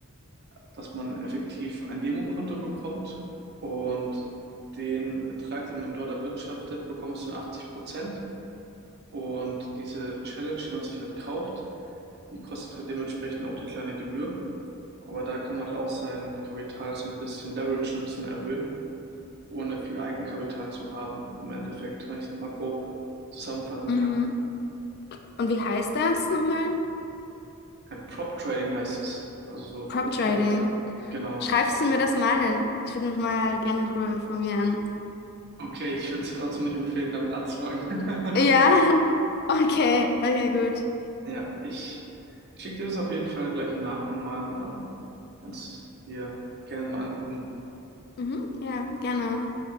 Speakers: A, on the right; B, on the left.
A: dass man effektiv ein Demokonto bekommt und den Ertrag, den man dort erwirtschaftet, bekommst du in 80 Prozent. Und diese Challenge, die man sich halt kauft, die kostet halt dementsprechend auch eine kleine Gebühr. Aber da kann man halt auch sein Kapital so ein bisschen leveragen, ein bisschen erhöhen, ohne viel Eigenkapital zu haben, im Endeffekt, wenn ich das mal grob zusammenfassen
B: Mhm.
A: kann.
B: Und wie heißt das nochmal?
A: Äh, Prop Trading heißt es, also so Fremdkapital.
B: Prop Trading.
A: Genau.
B: Schreibst du mir das mal denn Ich würde mich mal gerne darüber informieren.
A: Okay, ich würde es dir trotzdem nicht empfehlen, damit anzufangen. <laughs> Sonst-
B: Ja, <laughs> okay, okay, gut.
A: Ja, ich schicke dir das auf jeden Fall gleich im Nachgang mal und dann kannst du es dir gerne mal angucken.
B: Mhm. Ja, gerne.